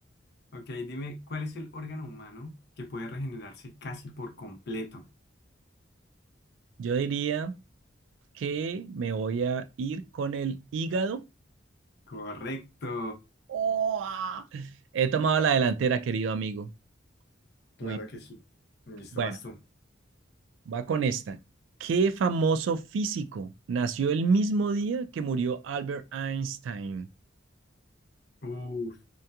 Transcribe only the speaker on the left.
Ok, dime, ¿cuál es el órgano humano que puede regenerarse casi por completo?
Correcto.
Claro
que sí. Listo,
vas tú.
Uf,